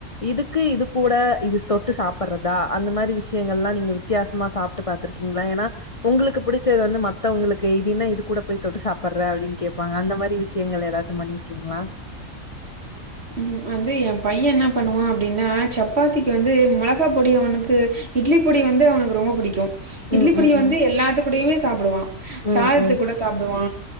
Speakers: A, on the left (about 30°); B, on the right (about 50°).
A: இதுக்கு இது கூட இது தொட்டு சாப்ற்றதா அந்த மாதிரி விஷயங்கல்லா நீங்க வித்யாசமா சாப்ட்டு பாத்துருக்கீங்களா ஏன்னா உங்களுக் புடிச்சது வந்து மத்தவங்களுக்கு இதுன்னா இது கூட போய் தொட்டு சாப்ளற்ற அப்டின் கேப்பாங்க அந்த மாரி விஷயங்கள் ஏதாச்சு பண்ணிறு கீங்ளா
B: ம் வந்து எ பைய என்ன பண்ணுவா அப்டின்னா சப்பாத்திக்கு வந்து மொளகா பொடி அவனுக்கு இட்லி பொடி வந்து அவனுக்கு ரொம்ப புடிக்கு இட்லி
A: ம்,
B: பொடி
A: ம்,
B: வந்து
A: ம்.
B: எல்லாத்துக் குடையுமே சாப்டுவா
A: ம்,
B: சாதத்து
A: ம்.
B: கூட சாப்டுவா